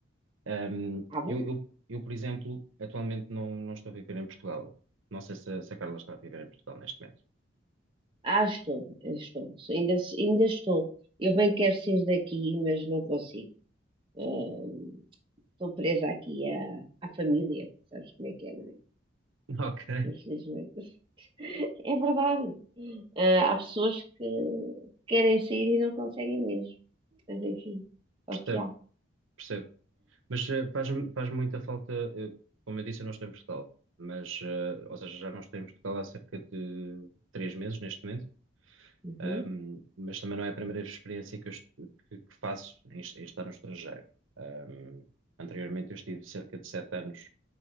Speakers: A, on the right; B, on the right.
A: Ahm,
B: Ah, bom?
A: eu, eu- eu, por exemplo, atualmente não, não estou a viver em Portugal. Não sei se, se a Carla está a viver em Portugal neste momento.
B: Ah, estou, estou. Ainda, ainda estou. Eu bem quero sair daqui, mas não consigo. Ahm, estou presa aqui à, à família. Sabes como é que é, não é?
A: <laughs> Ok.
B: Infelizmente. <laughs> É verdade. Ah, há pessoas que querem sair e não conseguem mesmo. Mas enfim, é
A: <laughs>
B: o que há.
A: percebo. Mas eh, faz, faz muita falta, eh, como eu disse, eu não estou em Portugal, mas, eh, ou seja, já não estou em Portugal há cerca de três meses neste momento,
B: Uhum,
A: Ahm, mas também não é a primeira experiência que, eu est- que- que faço em, est- em estar no estrangeiro. Ahm, anteriormente eu estive cerca de sete anos,